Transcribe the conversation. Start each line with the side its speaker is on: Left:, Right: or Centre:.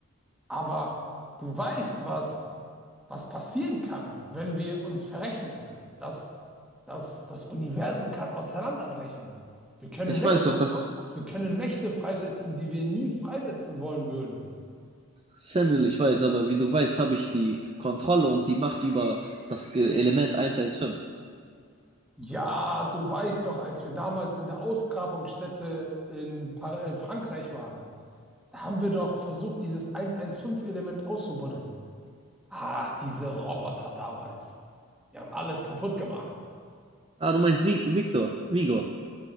Centre: Aber du weißt, was, was passieren kann, wenn wir uns verrechnen. Das, das, das Universum kann auseinanderbrechen. Wir können
Right: Ich
Centre: Mächte,
Right: weiß doch, dass.
Centre: wir können Mächte freisetzen, die wir nie freisetzen wollen würden.
Right: Samuel, ich weiß, aber wie du weißt, habe ich die Kontrolle und die Macht über das Ge- Element 115.
Centre: Ja, du weißt doch, als wir damals in der Ausgrabungsstätte in, Par- in Frankreich waren, da haben wir doch versucht, dieses 115-Element auszubuddeln. Ach, diese Roboter damals. Die haben alles kaputt gemacht.
Right: Ah, du meinst Vi Victor, Vigor,